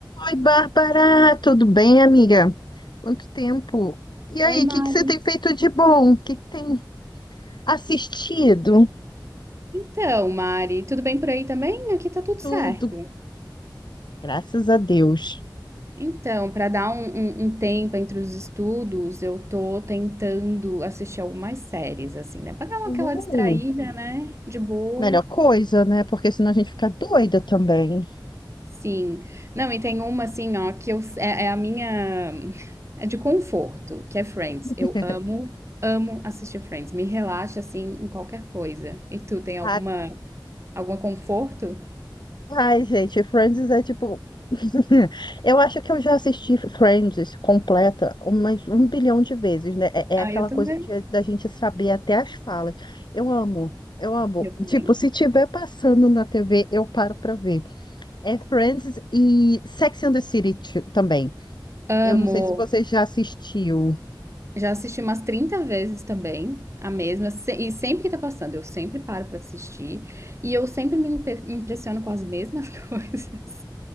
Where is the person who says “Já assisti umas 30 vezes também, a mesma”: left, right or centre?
Right